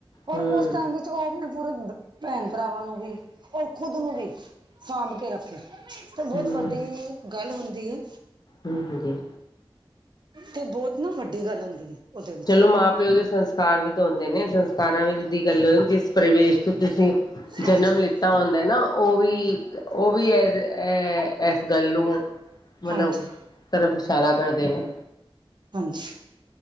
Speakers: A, on the right; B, on the left.
A: ਔਰ
B: ਹਮ
A: ਉਸ ਟੇਮ ਵੀ। ਉਹ ਆਪਣੇ ਪੂਰੇ ਭੈਣ ਭਰਾਵਾਂ ਨੂੰ ਵੀ, ਔਰ ਖੁਦ ਨੂੰ ਵੀ ਸਾਂਭ ਕੇ ਰੱਖੇ। ਤੇ ਬਹੁਤ
B: ਹਮ
A: ਵੱਡੀ ਗੱਲ ਹੁੰਦੀ ਹੈ।
B: ਹਮ ਜੀ
A: ਤੇ ਬਹੁਤ। ਨਾ ਵੱਡੀ ਗੱਲ ਹੁੰਦੀ ਹੈ ਉਹਦੇ ਵਿੱਚ
B: ਚਲੋ ਮਾਂ ਪਿਓ ਦੇ ਸੰਸਕਾਰ ਵੀ ਤੇ ਹੁੰਦੇ ਨੇ, ਸੰਸਕਾਰਾਂ ਵਿੱਚ ਦੀ ਗੱਲ ਜਿਸ। ਪ੍ਰਵੇਸ਼ ਤੋਂ ਤੁਸੀਂ।
A: ਹਾਂਜੀ।
B: ਤਾਂ ਹੁੰਦਾ ਨਾ ਉਹ ਵੀ ਇਕ ਉਹ ਵੀ ਹੈ। ਇਹ ਇਸ ਗੱਲ ਨੂੰ ਮਤਲਬ
A: ਹਾਂਜੀ
B: ਤਰਫ ਇਸ਼ਾਰਾ ਕਰਦੇ ਨੇ।
A: ਹਾਂਜੀ।